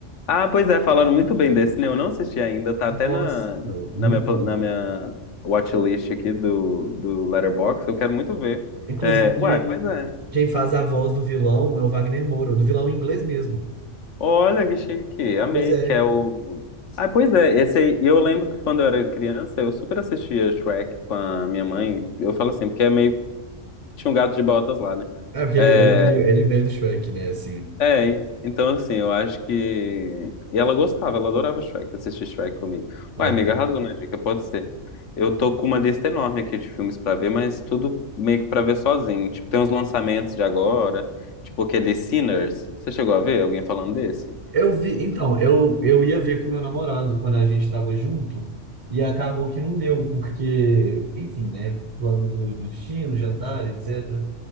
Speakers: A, on the left (about 75°); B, on the right (about 35°).
A: Ah, pois é, falaram muito bem desse, né? Eu não assisti ainda, tá até
B: Nossa,
A: na, na
B: muito
A: minha, pla-
B: bom.
A: na minha watchlist aqui do, do Letterboxd, eu quero muito ver.
B: Inclusive,
A: É, uai, pois é.
B: quem faz a voz do vilão é o Wagner Moura, do vilão em inglês mesmo.
A: Olha que chique, amei,
B: Pois é.
A: que é o... Ah, pois é, esse aí, eu lembro que quando eu era criança, eu super assistia Shrek com a minha mãe, eu falo assim, porque é meio... Tinha um gato de botas lá, né?
B: É, porque
A: É,
B: ele, ele veio ele veio do Shrek, né? Assim.
A: É, então assim, eu acho que. E ela gostava, ela adorava Shrek, assistir Shrek comigo.
B: Aham.
A: Uai, amiga, arrasou na dica, pode ser. Eu tô com uma lista enorme aqui de filmes pra ver, mas tudo meio que pra ver sozinho. Tipo, tem uns lançamentos de agora, tipo aquele Sinners. Você chegou a ver alguém falando desse?
B: Eu vi, então, eu, eu ia ver com meu namorado quando a gente estava junto, e acabou que não deu, porque, enfim, né? Planos do, do destino, jantar, etc.